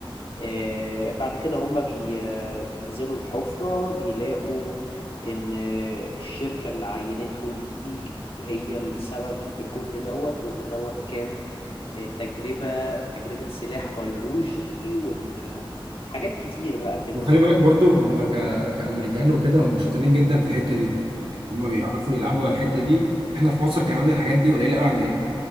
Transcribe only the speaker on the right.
وخلي
بالك برضه هم ك... كأمريكان وكده هم شاطرين جدا في الحتة دي يعني هم
بيعرفوا
يلعبوا على الحتة دي احنا في مصر كمان الحاجات دي قليلة قوي عندنا